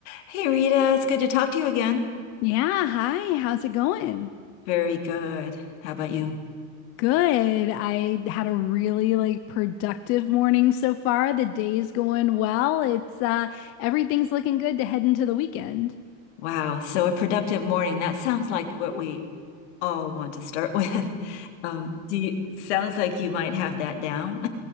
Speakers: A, on the left; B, on the left.
A: Hey Rita, it's good to talk to you again.
B: Yeah, hi. How's it going?
A: Very good. How about you?
B: Good. I had a really like productive morning so far. The day's going well. It's uh everything's looking good to head into the weekend.
A: Wow, so a productive morning. That sounds like what we all want to start with. <laughs> Um, do you, sounds like you might have that down.